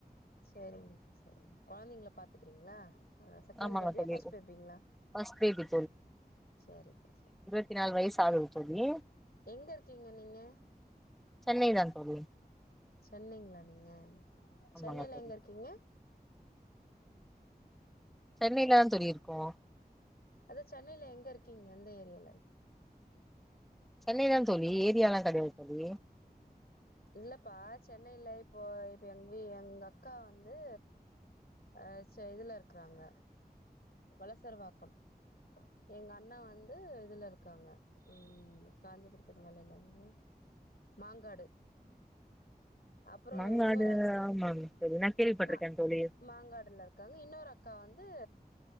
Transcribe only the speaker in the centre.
ஆமாங்க
தோழி
ஃபர்ஸ்ட் பேபி
பதினாலு வயசு ஆகுது தோழி
சென்னை தா தோழி
ஆமாங்க
தோழி
சென்னைல தா தோழி இருக்கோ
சென்னை தா தோழி ஏரியாலா கெடையாது தோழி
மாங்காடு
ஆமாங்க தோழி நா கேள்விப்பட்டிருக்கே
தோழி